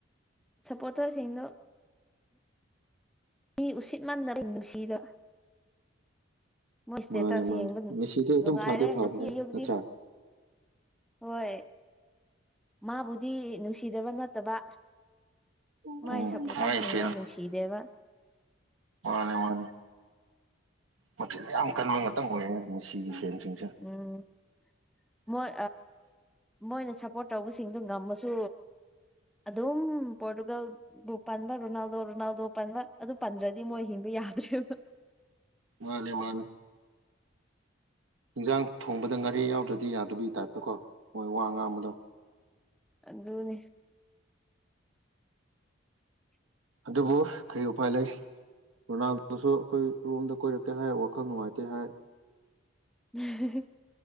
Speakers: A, in the centre; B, on the right.
A: ꯁꯄꯣꯇ꯭ꯔꯥ ꯁꯤꯗ ꯃꯤ ꯎꯁꯤꯠ ꯃꯥꯟꯗꯔ ꯅꯨꯡꯁꯤꯗ ꯃꯣꯏ ꯏꯁꯇꯦꯇꯁꯨ
B: ꯃꯥꯅꯦ ꯃꯥꯅꯦ
A: ꯌꯦꯡꯕ
B: ꯃꯦꯁꯤꯗꯤ ꯑꯗꯨꯝ
A: ꯅꯨꯡꯉꯥꯏꯔꯦ
B: ꯐꯗꯤ ꯐꯕꯅꯦ
A: ꯉꯁꯤ ꯑꯌꯨꯛꯇꯀꯤ
B: ꯅꯠꯇ꯭ꯔꯥ
A: ꯍꯣꯏ ꯃꯥꯕꯨꯗꯤ ꯅꯨꯡꯁꯤꯗꯕ ꯅꯠꯇꯕ
B: ꯎꯝ
A: ꯃꯥꯏ ꯁꯄꯣꯇꯔꯁꯤꯡꯗꯣ
B: ꯐꯦꯟ
A: ꯅꯨꯡꯁꯤꯗꯦꯕ
B: ꯃꯥꯅꯦ ꯃꯥꯅꯦ ꯃꯆꯤꯟ ꯌꯥꯝ ꯀꯟꯕ ꯉꯥꯛꯇꯪ ꯑꯣꯏꯌꯦ ꯃꯤꯁꯤꯒꯤ ꯐꯦꯟꯁꯤꯡꯁꯦ
A: ꯎꯝ ꯃꯣꯏ ꯃꯣꯏꯅ ꯁꯞꯄꯣꯔꯠ ꯇꯧꯕꯁꯤꯡꯗꯣ ꯉꯝꯃꯁꯨ ꯑꯗꯝ ꯄꯣꯔꯔꯇꯨꯒꯜ ꯕꯨ ꯄꯟꯕ ꯔꯣꯅꯥꯜꯗꯣ ꯔꯣꯅꯥꯜꯗꯣ ꯄꯟꯕ ꯑꯗꯨ ꯄꯟꯗ꯭ꯔꯗꯤ ꯃꯣꯏ ꯍꯤꯡꯕ ꯌꯥꯗ꯭ꯔꯦꯕ
B: ꯃꯥꯅꯦ ꯃꯥꯅꯦ ꯏꯟꯖꯥꯡ ꯊꯣꯡꯕꯗ ꯉꯥꯔꯤ ꯌꯥꯎꯗ꯭ꯔꯗꯤ ꯌꯥꯗꯕꯩ ꯇꯥꯏꯞꯇ ꯀꯣ ꯃꯣꯏ ꯋꯥ ꯉꯥꯡꯕꯗꯣ
A: ꯑꯗꯨꯅꯤ <unintelligible>
B: ꯑꯗꯨꯕꯨ ꯀꯔꯤ ꯎꯄꯥꯏ ꯂꯩ ꯔꯣꯅꯥꯜꯗꯣꯁꯨ ꯑꯩꯈꯣꯏ ꯔꯣꯝꯗ ꯀꯣꯏꯔꯛꯀꯦ ꯍꯥꯏ ꯋꯥꯈꯜ ꯅꯨꯡꯉꯥꯏꯇꯦ ꯍꯥꯏ
A: ꯎꯝ <unintelligible>